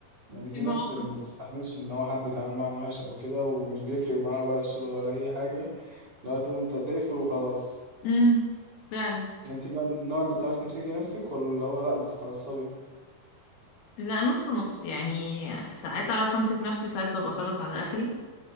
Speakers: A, on the right (about 30°); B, on the left (about 85°).
A: يعني في
B: في مواقف
A: ناس اللي ما بتستحملش ان هو حد يتعامل معاها وحش او كده ومش بيفرق معاها بقى الشغل ولا اي حاجه لو تقوم انت تقفل وخلاص
B: امم فعلا
A: انت بقى من النوع اللي بتعرف تمسكي نفسك ولا هو لا بتتعصبي
B: لا نص نص يعني ساعات اعرف امسك نفسي وساعات ببقى خلاص على اخري